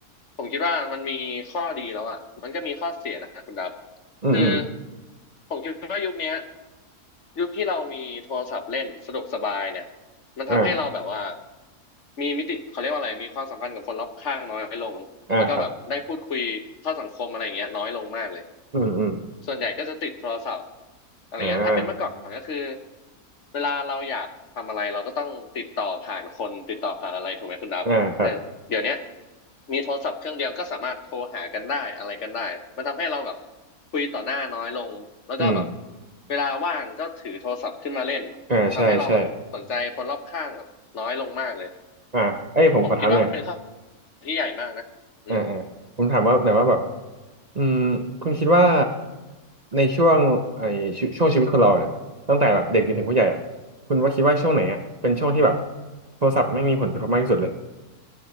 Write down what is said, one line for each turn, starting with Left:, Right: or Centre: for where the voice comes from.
Left: ผมคิดว่ามันมีข้อดีแล้วอ่ะมันก็มีข้อเสียนะคุณดับ
Right: อืมอืม
Left: คือผมคิดว่ายุคเนี้ย ยุคที่เรามีโทรศัพท์เล่นสะดวกสบายเนี่ยมันทำให้เราแบบว่า
Right: อ่า
Left: มีมิติเขาเรียกว่าอะไรมีความสัมพันธ์กับคนรอบข้างน้อยลงแล้วก็แบบได้พูดคุยเข้าสังคมอะไรอย่างเงี้ยน้อยลงมากเลย
Right: อ่าครับอืมอืม
Left: ส่วนใหญ่ก็จะติดโทรศัพท์อะไรเงี้ยถ้าเป็นเมื่อก่อนก็คือ
Right: อ่า
Left: เวลาเราอยากทำอะไรเราก็ต้องติดต่อผ่านคนติดต่อผ่านอะไรถูกไหมคุณดับ
Right: อ่าครับ
Left: แต่เดี๋ยวเนี้ยมีโทรศัพท์เครื่องเดียวก็สามารถโทรหากันได้อะไรกันได้ มันทำให้เราแบบคุยต่อหน้าน้อยลง แล้วก็แบบ
Right: อืม
Left: เวลาว่างก็ถือโทรศัพท์ขึ้นมาเล่น
Right: อ่าใช่ใช่
Left: ทำให้เราแบบสนใจคนรอบข้างแบบน้อยลงมากเลย
Right: อ่าเอ้ยผมขอถามหน่อย
Left: ผมคิดว่ามันเป็นข้อที่ใหญ่มากนะอืม
Right: อ่าอ่าผมถามว่าหน่อยว่าแบบอืมคุณคิดว่าในช่วงไอ้ช่วช่วงชีวิตคนเราเนี่ยตั้งแต่แบบเด็กจนถึงผู้ใหญ่อ่ะคุณว่าคิดว่าช่วงไหนอ่ะเป็นช่วงที่แบบโทรศัพท์ไม่มีผลกระทบมากที่สุดเลย